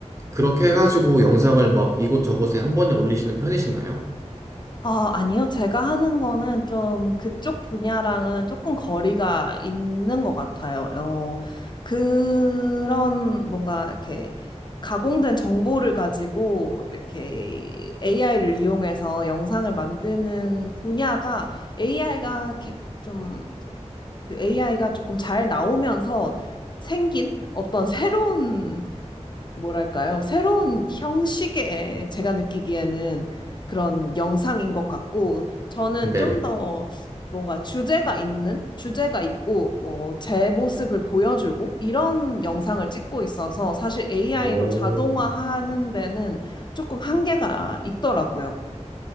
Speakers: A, on the right; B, on the left.
A: 그렇게 해가지고 영상을 막 이곳저곳에 한 번에 올리시는 편이신가요?
B: 아, 아니요. 제가 하는 거는 좀 그쪽 분야랑은 조금 거리가 있는 것 같아요. 어, 그런 뭔가 이렇게 가공된 정보를 가지고 이렇게 AI를 이용해서 영상을 만드는 분야가 AI가 좀 AI가 조금 잘 나오면서 생긴 어떤 새로운 뭐랄까요? 새로운 형식의 제가 느끼기에는 그런 영상인 것 같고, 저는
A: 네네.
B: 좀 더 뭔가 주제가 있는, 주제가 있고, 뭐, 제 모습을 보여주고, 이런 영상을 찍고 있어서 사실 AI로
A: 오.
B: 자동화하는 데는 조금 한계가 있더라고요.